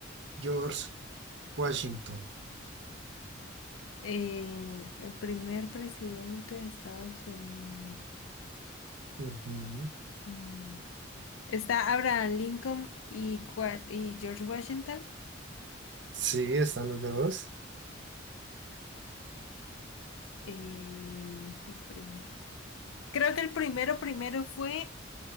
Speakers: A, on the right; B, on the left.
A: George Washington.
B: eh, el primer presidente de Estados Unidos.
A: Ujú.
B: Mm. Está Abraham Lincoln y, cua- y George Washington.
A: Sí, están los dos.
B: Eh, el primero. Creo que el primero primero fue